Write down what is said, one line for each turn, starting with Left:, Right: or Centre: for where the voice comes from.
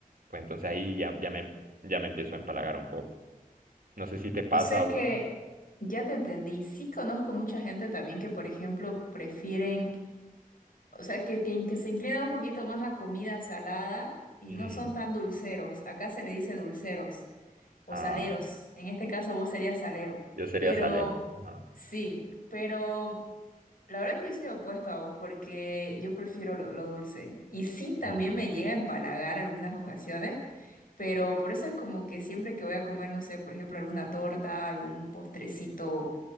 Right: pues entonces ahí ya, ya me, ya me empiezo a empalagar un poco. No sé si te pasa
Left: O sea
Right: a vos.
Left: que ya te entendí. Sí conozco mucha gente también que, por ejemplo, prefieren, o sea, que, que, que se inclinan un poquito más a comida salada y
Right: Mm,
Left: no son tan dulceros. Acá se le dice dulceros o
Right: ah,
Left: saleros. En este caso vos serías salero.
Right: yo sería
Left: Pero
Right: Salem. Ajá.
Left: sí, pero La verdad que yo soy opuesta a vos porque yo prefiero lo, lo dulce. Y sí, también
Right: Mm,
Left: me llega a empalagar algunas ocasiones, pero por eso es como que siempre que voy a comer, no sé, por ejemplo, alguna torta, algún postrecito